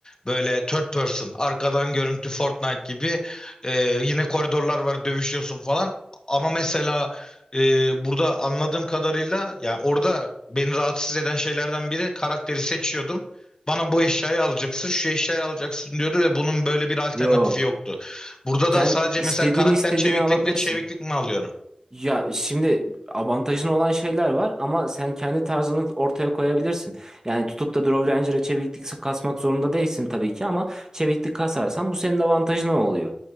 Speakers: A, on the left (about 30°); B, on the right (about 25°).
A: Böyle third person, arkadan görüntü Fortnite gibi Ee, yine koridorlar var, dövüşüyorsun falan. Ama mesela e, burada anladığım kadarıyla yani orada beni rahatsız eden şeylerden biri karakteri seçiyordum. Bana bu eşyayı alacaksın, şu eşyayı alacaksın diyordu ve bunun böyle bir alternatifi
B: Yok.
A: yoktu. Burada
B: Sen
A: da sadece
B: istediğini
A: mesela karakter
B: istediğini
A: çeviklik
B: alabilirsin.
A: ve çeviklik mi alıyorum?
B: Ya şimdi avantajın olan şeyler var ama sen kendi tarzını ortaya koyabilirsin. Yani tutup da Draw Ranger'a çeviklik kasmak zorunda değilsin tabii ki ama çeviklik kasarsan bu senin avantajın oluyor.